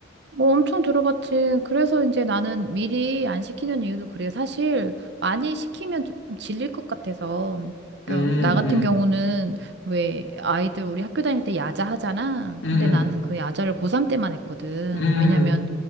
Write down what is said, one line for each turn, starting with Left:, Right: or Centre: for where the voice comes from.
Right: 뭐 엄청 들어봤지. 그래서 이제 나는 미리 안 시키는 이유도 그래. 사실 많이 시키면 좀 질릴 것 같아서. 그러니까
Left: 음,
Right: 나 같은
Left: 음,
Right: 경우는 왜 아이들 우리 학교 다닐 때 야자 하잖아.
Left: 음,
Right: 근데 나는 그 야자를 고3 때만 했거든.
Left: 음, 음.
Right: 왜냐면